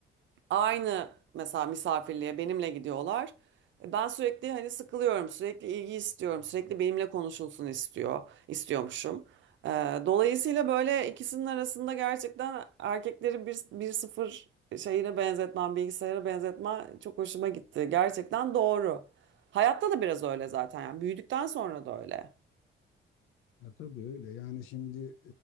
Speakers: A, on the right; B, on the left.
A: aynı mesela misafirliğe benimle gidiyorlar. E, Ben sürekli hani sıkılıyorum, sürekli ilgi istiyorum, sürekli benimle konuşulsun istiyor, istiyormuşum. E, dolayısıyla böyle ikisinin arasında gerçekten erkekleri bir, bir sıfır şeyine benzetmem, bilgisayara benzetme çok hoşuma gitti. Gerçekten doğru. Hayatta da biraz öyle zaten yani büyüdükten sonra da öyle.
B: Ya tabii öyle. Yani şimdi